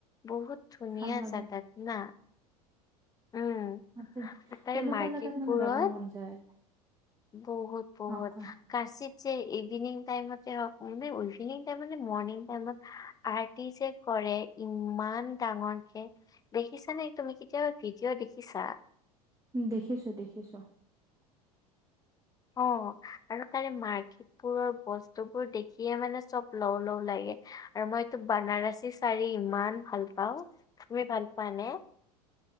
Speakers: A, on the left (about 20°); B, on the right (about 15°).
A: বহুত ধুনীয়া
B: ভাল লাগে
A: জাগাত না। উম
B: তে
A: তাৰে
B: তেনেকুৱা
A: মাৰ্কেট
B: জোগাত মানে
A: বোৰত
B: যাব মন যায়।
A: বহুত -বহুত।
B: অ' কোৱা
A: কচিত যে ইভিনিং টাইমত হওক মানে ইভিনিং টাইমতে মৰ্নিং টাইমত। আৰ্টি যে কৰে ইমান ডাঙৰকে। দেখিছা নে? তুমি কেতিয়াবা ভিডিঅ' দেখিছা।
B: উম দেখিছো -দেখিছো।
A: অ আৰু তাৰে মাৰ্কট। কাপোৰৰ বস্তু বোৰ দেখিয়ে মানে চব লও লও লাগে আৰু মই এইটো বানাৰসী, চাৰি ইমান ভাল পাওঁ তুমি ভাল পোৱা নে?